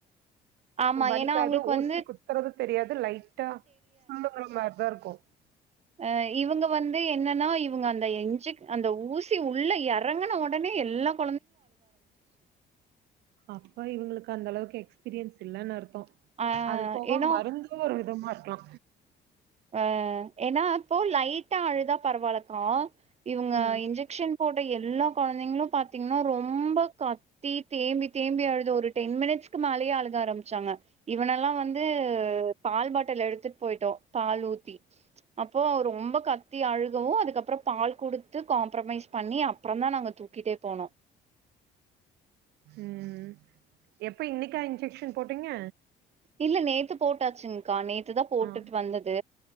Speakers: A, on the right (about 40°); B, on the right (about 80°).
A: ஆமா
B: வலிக்காது
A: ஏன்னா அவங்களுக்கு
B: ஊசி
A: வந்து
B: குத்துறதுக்கு தெரியாது லைட் டா சொல்லுங்கற மாதிரிதான் இருக்கும்
A: அஹ இவங்க வந்து என்னன்னா இவங்க அந்த எஞ்சு அந்த ஊசி உள்ள இறங்கன உடனே எல்லாம்
B: அப்பா இவங்களுக்கு அந்த அளவுக்கு எக்ஸ்பீரியன்ஸ் இல்லனு அர்த் தம்
A: ஆ
B: அது போக
A: ஏன்னா
B: மருந்தும் ஒரு விதமா இருக்லா
A: ஆ ஏன்னா அப்போ லைட்டா அழுதா பரவாயில்லகா இவுங்க
B: ம்
A: இன்ஜெக்ஷன் போட்ட எல்லா குழந்தைங்களும் பாத்தீங்கன்னா ரொம்ப கத்தி தேம்பி தேம்பி அழுது ஒரு டென் மினிட்ஸ்க்கு மேலேயே அழுக ஆரம்பிச்சாங்க இவனெல்லாம் வந்து பால் பாட்டில் எடுத்துட்டு போயிட்டோம் பால் ஊத்தி அப்போ ரொம்ப கத்தி அழுகவும் அதுக்கப்புறம் பால் குடுத்து காம்ப்ரமைஸ் பண்ணி அப்புறம் தான் நாங்க தூக்கிட்டே போனோம்
B: உம் எப்ப இன்னைக்கா இன்ஜெக்ஷன் போட்டீங்க
A: இல்ல நேத்து போட்டாச்சுங்க்கா நேத்து தான் போட்டுட்டு
B: ஆ
A: வந்தது